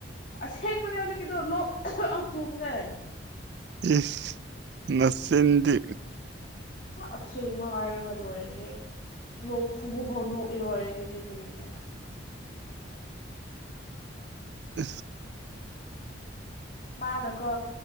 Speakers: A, on the left (about 40°); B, on the right (about 60°).
A: ꯑꯁꯦꯡꯕꯅꯦ ꯍꯧꯖꯤꯛꯀꯤꯗꯣ ꯂꯣꯛ ꯈꯨꯕꯅꯦ
B: ꯏꯁ ꯅꯆꯤꯟꯗꯤ
A: ꯑꯁꯦꯡꯕ ꯍꯥꯏꯔꯒ ꯂꯣꯏꯔꯦꯍꯦ ꯂꯣꯛ ꯈꯨꯕꯐꯥꯎ ꯅꯣꯛꯑ ꯀꯔꯤꯅꯣ
B: ꯎ
A: ꯃꯥꯅ ꯀꯣ